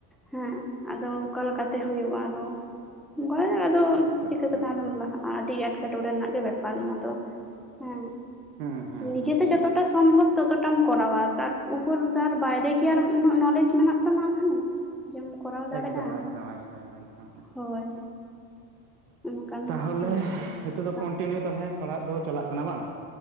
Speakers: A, in the centre; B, on the right.
A: ᱦᱮᱸ ᱟᱫᱚ ᱚᱠᱟ ᱞᱮᱠᱟᱛᱮ ᱦᱩᱭᱩᱜᱼᱟ ᱟᱫᱚ? ᱚᱝᱠᱟᱜᱮ ᱟᱫᱚ
B: ᱟᱪᱪᱷᱟ
A: ᱪᱤᱠᱟᱹ
B: ᱟᱪᱪᱷᱟ
A: ᱠᱟᱛᱮᱢ
B: ᱟᱪᱪᱷᱟ
A: ᱟᱫᱚᱢ ᱞᱟᱦᱟᱜ ᱟᱹᱰᱤ ᱮᱴᱠᱮᱼᱴᱚᱬᱮ ᱨᱮᱱᱟᱜ ᱜᱮ ᱵᱮᱯᱟᱨ ᱱᱚᱣᱟ ᱫᱚ, ᱦᱩᱸ᱾
B: ᱦᱩᱸ ᱦᱩᱸ
A: ᱱᱤᱡᱮᱛᱮ
B: ᱦᱩᱸ ᱦᱩᱸ
A: ᱡᱚᱛᱚᱴᱟ ᱥᱚᱢᱵᱷᱚᱵ ᱛᱚᱛᱚ ᱴᱟᱢ ᱠᱚᱨᱟᱣᱟ ᱛᱟᱨ ᱩᱯᱚᱨ ᱛᱟᱨ ᱵᱟᱭᱨᱮ ᱠᱤ ᱟᱨ ᱤᱱᱟᱹᱜ ᱱᱚᱞᱮᱡ ᱢᱮᱱᱟᱜ ᱛᱟᱢᱟ ᱟᱢᱦᱚ, ᱡᱮᱢ ᱠᱚᱨᱟᱣ ᱫᱟᱲᱮᱜᱼᱟ,
B: ᱮᱠᱫᱚᱢ ᱮᱠᱫᱚᱢ ᱮᱠᱫᱚᱢ ᱮᱠᱫᱚᱢ
A: ᱦᱳᱭ᱾ ᱚᱱᱠᱟᱱ
B: ᱛᱟᱦᱚᱞᱮ
A: ᱥᱚᱢᱚᱥᱥᱟ
B: ᱱᱤᱛᱳᱜ ᱫᱚ ᱠᱚᱱᱴᱤᱱᱤᱭᱩ ᱛᱟᱦᱚᱞᱮ ᱯᱟᱲᱦᱟᱜ ᱫᱚ ᱪᱟᱞᱟᱜ ᱠᱟᱱᱟ ᱵᱟᱝ?